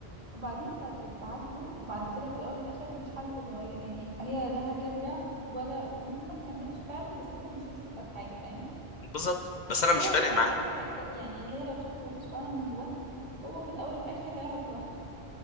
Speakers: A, on the right; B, on the left.
A: وبعدين انت هتبعت له وبعد كده في الاول والاخر ما فيش حاجة تتغير يعني هي لا هترجع ولا وممكن ما تكملش فعلا بس انت مش هتستفاد حاجة فاهم
B: بالظبط بس انا مش
A: هو
B: فارق
A: في الاول
B: معايا
A: والاخر هيكت... يعني هي لو شخص وحش فعلا من جواه هو في الاول والاخر هيعرف لوحده